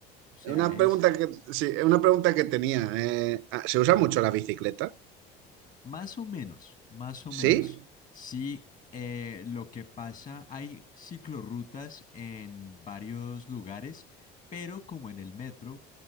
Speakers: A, on the left (about 40°); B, on the right (about 70°).
A: O sea,
B: Una
A: es
B: pregunta que, sí, una pregunta que tenía. eh, ah, ¿se usa
A: ajá,
B: mucho la bicicleta?
A: más o menos, más o menos.
B: Sí.
A: Sí, eh, lo que pasa, hay ciclorrutas en varios lugares, pero como en el metro,